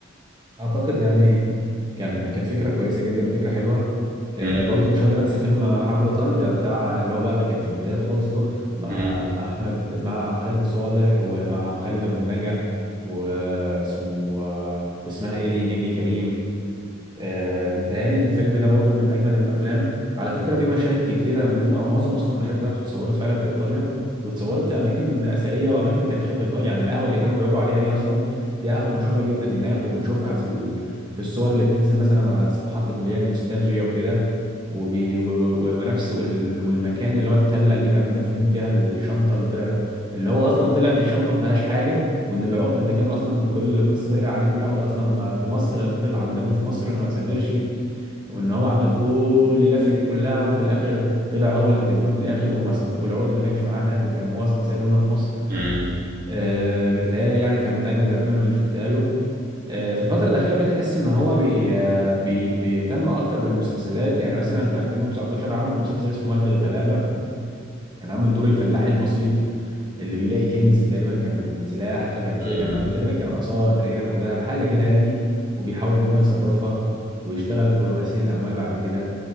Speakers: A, on the right (about 20°); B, on the right (about 45°).
A: اعتقد يعني كان كانت فكره كويسه جدا وفكره حلوه آه،
B: امم
A: برضو مش هقدر انسى فيلم حرب ايطاليا بتاع اللي هو بقى كانت في البدايات خالص له مع
B: امم
A: احمد مع خالد صالح ومع خالد ابو النجا واسمه آه، واسمها ايه دي نيلي كريم آه، بيتهيألي الفيلم ده برضو من أجمد الأفلام على فكرة في مشاهد كتيرة منه أو معظم أصلا المشاهد بتاعته اتصورت فعلا في إيطاليا واتصورت في أماكن أثرية وأماكن تاريخية في إيطاليا يعني القهوة اللي كانوا بيقعدوا عليها دي أصلا دي قهوة مشهورة جدا هناك وبنشوفها في ال... في الصور اللي بتنزل مثلا على صفحات اللي هي النوستالجيا وكده وبي... و... و... و- ونفس وال- والمكان اللي هو التلة اللي كانوا دافنين فيها الشنطة اللي طلعت اللي هو أصلا طلعت الشنطة ما فيهاش حاجة وان العقد اللي كان اصلا كل القصه دايره عليه ان العقد اصلا ما- في مصر فضل عند ابوه في مصر ما سافرش وان هو عمل كل اللفه دي كلها وفي الاخر طلع هو اللي كسبان في الاخر وما سف... والعقد ما كانش معاه هناك وكان هو اصلا سايبه هنا في مصر
B: امم
A: آه بيتهيألي يعني كان من اجمد الافلام اللي شفتها له آه، في الفترة الأخيرة بقيت أحس إن هو بي آه، بي بيهتم أكتر بالمسلسلات يعني مثلا في 2019 عمل مسلسل اسمه والد الغلابة كان عامل دور الفلاح البسيط اللي بيلاقي كنز تقريبا كان سلاح آه، كان في
B: امم
A: كان تقريبا كان آثار تقريبا أو ذهب حاجة كده يعني وبيحاول إن هو يصرفها ويشتغل في غسيل الأموال بعد كده